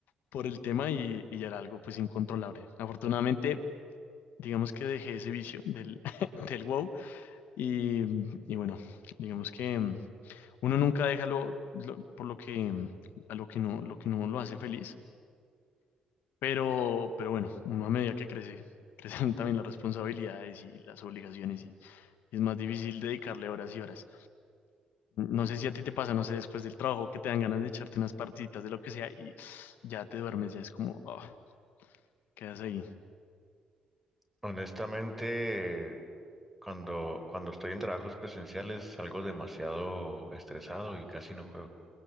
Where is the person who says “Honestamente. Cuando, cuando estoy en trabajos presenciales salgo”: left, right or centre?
Centre